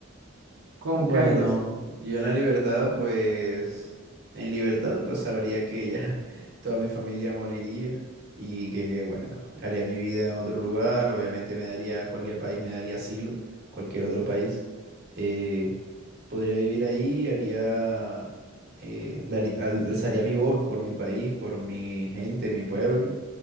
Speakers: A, on the right; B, on the right.
A: ¿Cómo
B: Bueno,
A: que harías?
B: yo en la libertad, pues, en libertad, pues sabría que ya <laughs> toda mi familia moriría y que, bueno, haría mi vida en otro lugar, obviamente me daría, cualquier país me daría asilo, cualquier otro país. Eh, podría vivir ahí, haría, eh, darí- al- alzaría mi voz por mi país, por mi gente, mi pueblo